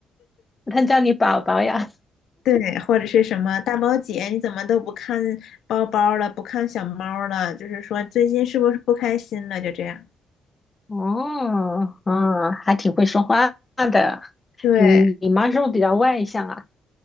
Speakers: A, on the left; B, on the left.
A: 她叫你宝宝呀？
B: 对，或者是什么大宝姐，你怎么都不看包包了，不看小猫了？就是说最近是不是不开心了？就这样。
A: 哦，嗯，还挺会说话的。
B: 对，
A: 嗯，你妈是不是比较外向啊？